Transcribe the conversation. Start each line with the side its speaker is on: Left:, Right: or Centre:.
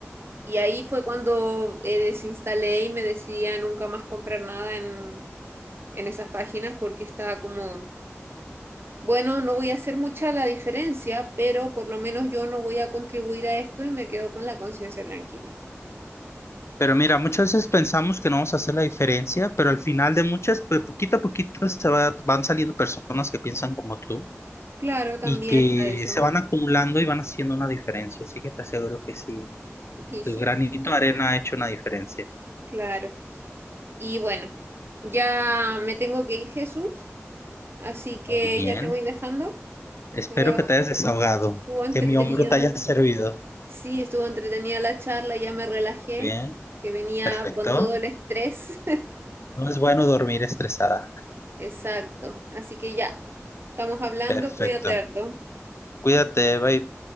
Right: Y ahí fue cuando eh, desinstalé y me decidí a nunca más comprar nada en, en esas páginas porque estaba como, bueno, no voy a hacer mucha la diferencia, pero por lo menos yo no voy a contribuir a esto y me quedo con la conciencia tranquila.
Left: Pero mira, muchas veces pensamos que no vamos a hacer la diferencia, pero al final de muchas, pues poquito a poquito se va- van saliendo personas que piensan como tú
Right: Claro, también
Left: y que
Right: está eso.
Left: se van acumulando y van haciendo una diferencia. Así que te aseguro que sí,
Right: Y
Left: tu
Right: sí,
Left: granito de arena ha hecho una diferencia.
Right: claro. Y bueno, ya me tengo que ir, Jesús, así que
Left: Muy bien.
Right: ya te voy dejando,
Left: Espero
Right: pero
Left: que te hayas desahogado,
Right: estuvo entretenida.
Left: que mi hombro te haya servido.
Right: Sí, estuvo entretenida la charla, ya me relajé,
Left: Muy bien,
Right: que venía
Left: perfecto.
Right: con todo el estrés.
Left: No es bueno dormir estresada.
Right: Exacto. Así que ya, estamos hablando,
Left: Perfecto.
Right: cuídate harto.
Left: Cuídate, bye.